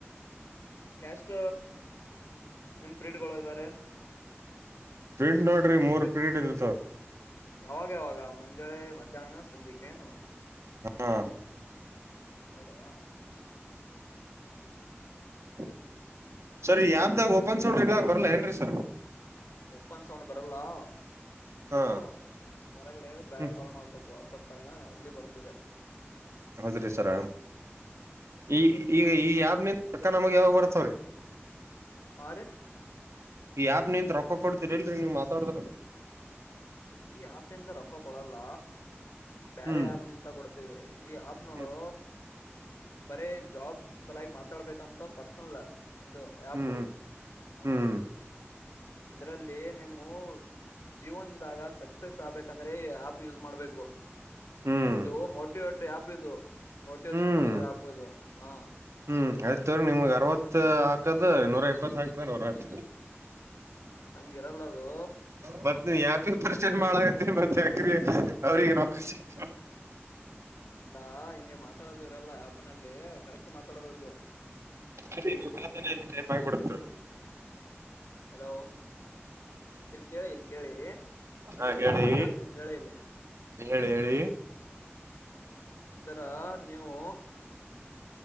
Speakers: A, on the left; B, on the right.
A: ಎಷ್ಟ ನಿಂಪ್ರೀಡ್ಗಳು ಇದ್ದಾರೆ
B: ಪೀಡ್ ನೋಡ್ರಿ
A: ಎಷ್ಟ
B: ಮೂರ್
A: ಪ್ರಿ
B: ಪೀರಿಯಡ್ ಇರ್ತವ
A: ಯಾವಾಗ ಯಾವಾಗ ಮುಂಜಳೆ ಮಧ್ಯಾಹ್ನ ಸಂಜಿಕೆ ಏನು.
B: ಹಾ
A: ಹೌದಾ
B: <inaudible> ಸರಿ
A: ಇದು
B: ಈ ಆ್ಯಪ್ದಾಗ ಓಪನ್ ಸೋಡ್ರಿ ಇಲ ಬರ್ಲೇನ್ ಏ ಸರ್
A: ಓಪನ್ ಸೌಂಡ್ ಬರಲ್ಲ ಇದು
B: ಹಾ
A: ಹೊರಗಡೆ ಬೇರೆ
B: ಹ್ಮ್
A: ಕಾಲ್ ಮಾಡ್ಬೇಕು ವಾಟ್ಸಪ್ ಕಾಲ್ನ ಅಲ್ಲಿ ಬರ್ತ ತದೆ.
B: ಹೌದ್ರಿ ಸರ ಈ. ಈಗ ಈ ಆಪ್ ನಿನ್ ಕ್ಕ ನಮಗ ಯಾವಾಗ ಬರ್ತಾವ್ರೀ.
A: ಅರಿ
B: ಈ ಆಪ್ ನೀಂತ ರೊಕ್ಕ ಕೊಡ್ತೀರಿ ಇಲ್ರರಿ ನೀವ್ ಮಾತಾಡದ್ರ.
A: ಈ ಆಪ್ನಂತ ರೊಕ್ಕ ಕೊಡಲ್ಲ. ಬ್ಮಾರೆ
B: ಹ್ಮ್
A: ಆಪ್ ನಿಂತ ಕೊಡ್ತೇವಿ ಈ ಆಪ್ ನೋಡು.
B: ಹ್ಮ್
A: ಬರೇ ಜಾಬ್ ಸಲಾಗಿ ಮಾತಾಡ್ಬೇಕಂತ ಪರ್ಸನಲ್ ಅದು ಆಪ್
B: ಹ್ಮ್
A: ಹ್.
B: ಹ್ಮ್
A: ಇದ್ರಲ್ಲಿ ನಿಮ್ ಹ್ಮ್ಮ್ ಜೀವನ್ದಾಗ ಸಕ್ಸಸ್ ಆಗ್ಂತ ಅಂದ್ರೆ ಆ್ಯಪ್ ಯೂಸ್ ಮಾಡ್ಬೇಕು.
B: ಹ್ಮ್
A: ಇದು ಮೊ ಮಟಿವೇಟ್ ಯಪ್ ಇದು ಮೋಟಿವೇೇಶನ್
B: ಹ್ಮ್
A: ಕೊಡೋದು ಆಪ್ ಇದು ಹಾ.
B: ಹ್ಮ್ ಆಯ್ತ ತೊರೀ ನಿಮಗ್ ಅರ್ವತ್ ಹಾಕದು ನೂರ ಇಪ್ಪತ್ ಹಾಕ್ತ್ರ ಅವತ್.
A: ಹಂಗಿರಲ್ಲ. ಅದು
B: ಬಟ್ ನೀ ಯಾಪಿಗೆ ಪರ್ಚೆಸ್ ಮಾಡಾಗತ್ತರಿ ಮತ್ತೆ ಯಾಕ್ರೆ ಅವ್ರಿಗೆ ನೋಕ ಸಿಕ್
A: ಇಲ್ಲಾ ಹಿಂಗೆ ಮಾತಾಡ ಇಲ್ಲ ಆಪ್ನಲ್ಲಿ ಕರೆಕ್ಟ್. ತಡಬೇಕು.
B: ಸರಿ ನೀವು ಕತನಲ್ಲಿ ಟೈಮ್ ಆಗಬೋಡುತ್ತೆ.
A: ಹಲೋ ಇಲ್ ಕೇಳಿ ಇಲ್ ಕೇಳಿ
B: ಹಾ ಹೇಳಿ
A: ಒಂದ್ ಮಾತ ಹೇತೀನಿ ಕೇಳಿ ಇಲ್ಲಿ.
B: ಹೇಳಿ ಹೇಳಿ
A: ಸರ ನೀವು.